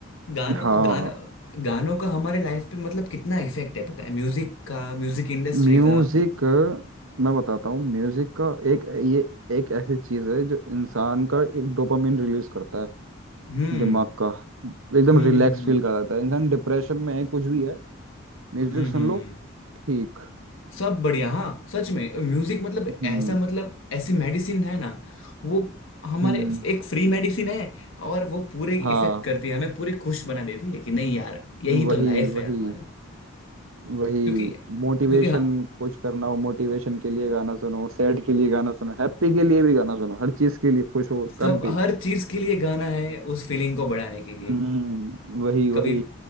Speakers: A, on the left; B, on the right.
A: गानों
B: हाँ
A: गानों गानों का हमारे लाइफ पे मतलब कितना इफेक्ट है पता है म्यूजिक का म्यूजिक इंडस्ट्री
B: म्यूजिक
A: का
B: मैं बताता हूँ म्यूजिक का एक ये एक ऐसी चीज है जो इंसान का एक डोपामिन रिलीज करता है
A: हम्म
B: दिमाग का एकदम
A: हम्म
B: रिलैक्स
A: हम्म हम्म
B: फील कराता है इंसान डिप्रेशन में है कुछ भी है म्यूजिक
A: हम्म
B: सुन
A: हम्म।
B: लो
A: हम्म।
B: ठीक
A: सब बढ़िया हाँ सच में म्यूजिक मतलब
B: हम्म
A: ऐसा मतलब ऐसी मेडिसिन है ना वो हमारे
B: हम्म
A: एक फ्री मेडिसिन है और वो पूरे
B: हाँ
A: इफेक्ट करती है हमें पूरे खुश बना देती है कि नहीं यार यही
B: वही
A: तो लाइफ
B: वही
A: है हमारी
B: वही
A: क्योंकि
B: मोटिवेशन
A: क्योंकि
B: कुछ करना हो मोटिवेशन के लिए गाना सुनो सैड के लिए गाना सुनो हैप्पी के लिए भी गाना सुनो हर चीज के लिए खुश हो
A: सब
B: तब भी
A: हर चीज के लिए गाना है उस फीलिंग को बढ़ाने के लिए
B: हम्म वही वही
A: कभी